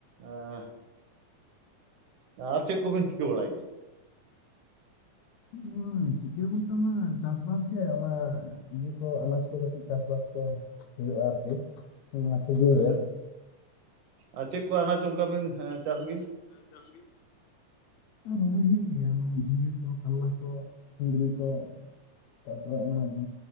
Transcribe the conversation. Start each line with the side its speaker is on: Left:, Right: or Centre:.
Right: ᱮᱸ ᱟᱨ ᱪᱮᱫ ᱠᱚᱵᱤᱱ ᱪᱤᱠᱟᱹ ᱵᱟᱲᱟᱭ ᱜᱮᱭᱟ?
Left: ᱩᱢ ᱪᱤᱠᱟᱹ ᱵᱚᱞᱛᱮ ᱚᱱᱟ ᱪᱟᱥ ᱵᱟᱥ ᱜᱮ ᱚᱱᱟ᱾ ᱤᱭᱟᱹ ᱠᱚ ᱟᱱᱟᱪ ᱠᱚ ᱠᱟᱹᱴᱤᱡ ᱪᱟᱥ ᱵᱟᱥ ᱠᱚ ᱦᱩᱭᱩᱜᱼᱟ, ᱟᱨᱠᱤ ᱱᱚᱣᱟ ᱥᱤᱡᱤᱱ
Right: ᱟᱪᱪᱷᱟ
Left: ᱨᱮ᱾
Right: ᱟᱨ ᱪᱮᱫ ᱠᱚ ᱟᱱᱟᱪ ᱚᱱᱠᱟ ᱵᱤᱱ, ᱪᱟᱥ ᱜᱮᱭᱟ?
Left: ᱪᱟᱥ ᱜᱮ, ᱟᱨ ᱨᱚᱦᱚᱭ ᱦᱩᱭᱩᱜ ᱜᱮᱭᱟ ᱚᱱᱟ, ᱡᱷᱤᱸᱜᱟᱹ ᱠᱚ, ᱠᱟᱨᱞᱟ ᱠᱚ, ᱠᱩᱸᱫᱽᱨᱤ ᱠᱚ᱾ ᱛᱟᱨ ᱯᱚᱨᱮ ᱚᱱᱟ